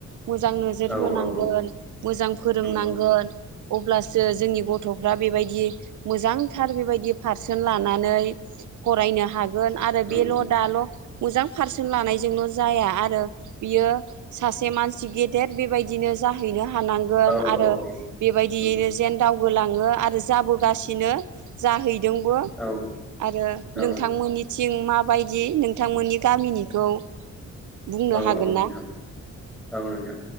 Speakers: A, on the right (about 80°); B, in the centre.
A: मोजां नोजोर
B: औ
A: होनांगोन
B: औ
A: मोजां फोरोंनांगोन
B: नंगौ
A: अब्लासो जोंनि गथ'फ्रा बेबायदि मोजांथार बेबायदि पारसेन्ट लानानै फरायनो हागोन आरो
B: नंगौ
A: बेल' दाल' मोजां पारसेन्ट लानायजोंल' जाया आरो बियो सासे मानसि गेदेर बेबायदिनो जाहैनो हा हानांगोन
B: औ
A: आरो
B: औ
A: बेबायदियैनो
B: औ
A: जेन दाव बोलांङो आरो जाबोगासिनो जाहै जोंबो
B: औ
A: आरो
B: औ
A: नोंथांमोननि थिं माबायदि नोंथांमोननि गामिनिखौ बुंनो
B: औ
A: हागोन
B: औ नोंथां।
A: ना
B: औ नोंथां।